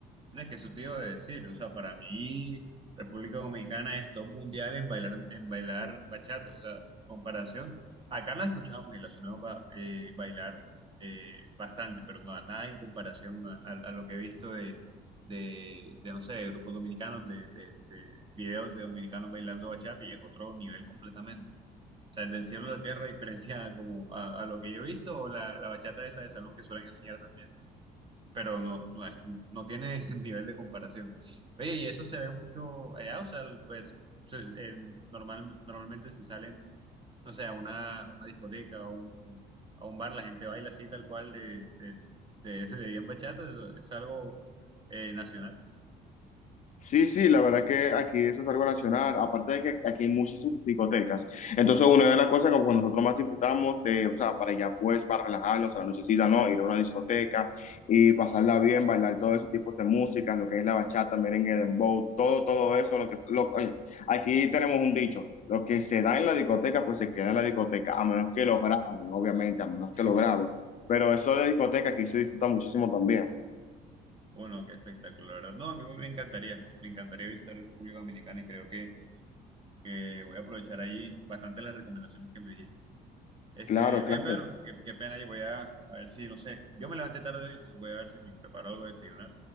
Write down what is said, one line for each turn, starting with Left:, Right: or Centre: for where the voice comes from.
Right: No, Es que eso te iba a decir, o sea, para mí República Dominicana es top mundial en bailar, en bailar bachata, o sea, comparación, acá no la escuchamos y la sonamos ba- eh, bailar eh, bastante, pero nada, nada en comparación a, a- a lo que he visto de, de, de, no sé, de grupos dominicanos, de, de, de videos de dominicanos bailando bachata y es otro nivel completamente. O sea, del cielo a la tierra diferencia como a, a lo que yo he visto o la, la bachata esa de salón que suelen enseñar también pero no, no, es- no tiene <laughs> nivel de comparación. Oye, y eso se ve mucho allá, o sea, pues se- en- normal, normalmente si salen, no sé, a una, a una discoteca o un, a un bar, la gente baila así tal cual de, de, de, de bien bachata, es, es algo eh, nacional.
Left: Sí, sí, la verdad que aquí eso es algo nacional, aparte de que aquí hay muchísimas discotecas. Entonces, una de las cosas que pues, nosotros más disfrutamos de, o sea, para ya pues, para relajarnos a la nochecita, ¿no? Ir a una discoteca y pasarla bien, bailar todos esos tipos de música, lo que es la bachata, merengue, dembow, todo, todo eso, lo que, lo- oye, aquí tenemos un dicho, lo que se da en la discoteca, pues se queda en la discoteca, a menos que lo graben, obviamente, a menos
Right: <laughs>
Left: que lo graben. Pero eso de discoteca aquí se disfruta muchísimo también.
Right: Bueno, qué espectáculo, la verdad. No, a mí me encantaría, me encantaría visitar la República Dominicana y creo que, que voy a aprovechar ahí bastante las recomendaciones que me dijiste. Este,
Left: Claro, claro.
Right: oye, Pedro, qué, qué pena y voy a, a ver si, no sé, yo me levanté tarde hoy, entonces voy a ver si me preparo algo de desayunar,